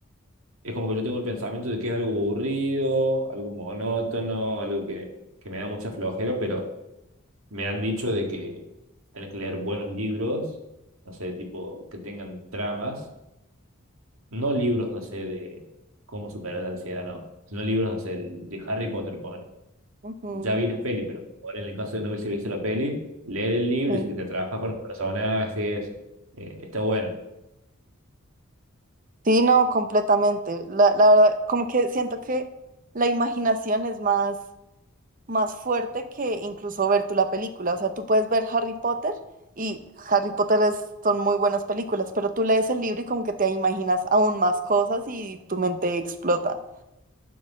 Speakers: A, on the right; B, on the right.
A: es como que yo tengo el pensamiento de que es algo aburrido, algo monótono, algo que, que me da mucha flojera, pero me han dicho de que tenés que leer buenos libros, no sé, tipo, que tengan tramas no libros, no sé, de cómo superar la ansiedad, no, no libros, no sé, el- de Harry Potter, pobre.
B: Ujú,
A: Ya vi las pelis, pero pobre, en el caso de no hubiese visto la peli, leer el libro,
B: sí.
A: dice que te atrapas con los personajes, eh, está bueno.
B: Sí, no, completamente. La, la verdad, como que siento que la imaginación es más más fuerte que incluso ver tú la película. O sea, tú puedes ver Harry Potter y Harry Potter es- son muy buenas películas, pero tú lees el libro y como que te imaginas aún más cosas y tu mente explota.